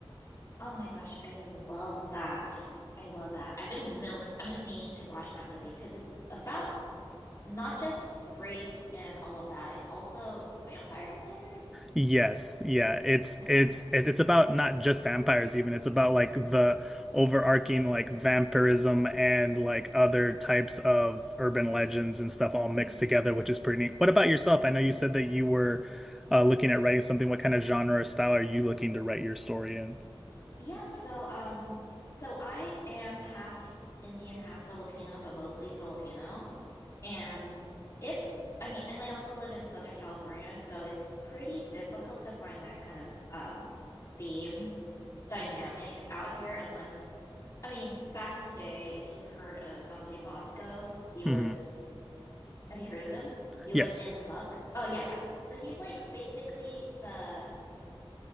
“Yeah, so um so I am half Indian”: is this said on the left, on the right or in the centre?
Left